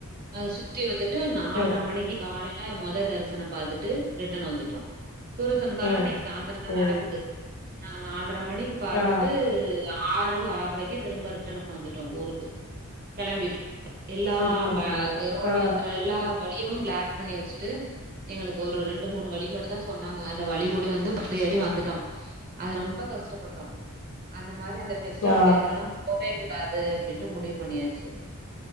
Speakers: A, on the right; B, on the left.
A: <unintelligible> வந்துட்டு நாலர
B: அ,
A: மணிக்கு காலை ல மொத தரிசன பாத்துட்டு ரிட்டன் வந்துட்டோ சூர சமங்காரா
B: அ,
A: இன்னைக்கு சாயந்திரதா
B: ஓ!
A: நடக்குது அதனால் பத்தர மணிக்கு பாத்துட்டு
B: ஆ,
A: ஆறு ஆரைக்கு திரும்ப ரிட்டன் வந்துட்டோ ஊருக்கு கெளம்பிட்டு எல்லா
B: ஓகே
A: வ
B: தோழி.
A: ரோடே
B: ஆ,
A: எல்லா வழியு பிளாக் பண்ணி வச்சுட்டு எங்களுக்கு ஒரு ரெண்டு மூணு வழி மட்டு தா சொன்னாங்க அந்த வழி கூட வந்து ப ஏறி வந்துட்டோ அது ரொம்ப கஷ் ட்ட பட்டோ அந்த மாரி அந்த பெஸ்டிவல்
B: ஆ
A: டயத்துலலா போவே கூடாது அப்படின்ட்டு முடிவு பண்ணியாச்சு